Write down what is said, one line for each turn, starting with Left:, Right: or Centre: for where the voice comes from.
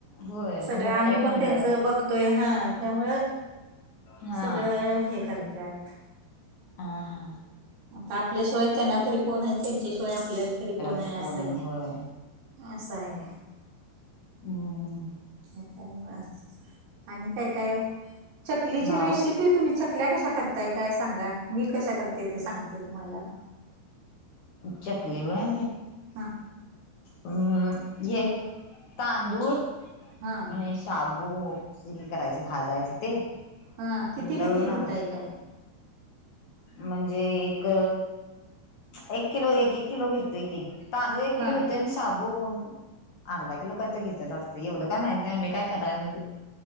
Left: होय आता
Right: सगळं
Left: मोठा
Right: आम्ही
Left: आहे
Right: पण
Left: म्हणल्यावर
Right: त्यांच बघ तोय. हा त्यामुळं
Left: हा
Right: सगळं हे करत्यात
Left: हा हा.
Right: आता आपल्याशिवाय त्यांना तरी कोण हाय, आणि त त्याच्याशिवाय आपल्याला तरी कोण हाय
Left: तर
Right: असं,,
Left: आहे होय
Right: असं हाय.
Left: हम्म.
Right: त्यामुळ. आणि काय काय? चकलीची
Left: भाऊ
Right: रेशीप तुम्ही चकल्या कशा करताय काय सांगा? मी कशा करते ते सांगते तुम्हाला.
Left: चकली व्हय?
Right: हा
Left: हमम्म घे. तांदूळ
Right: हा
Left: आणि शाबू, हे करायचं भाजायचं ते
Right: हा किती
Left: दळून
Right: किती
Left: आणायचं.
Right: घेताय काय?
Left: म्हणजे एक एक किलो एक एक किलो घेतोय की. तांदूळ एक
Right: हा
Left: किलो घेतोय आणि शाबू अर्धा किलो काय तर घेत्यात वाटतं,, एवढं काय माहित नाही ओ, मी काय कराय म्हणजे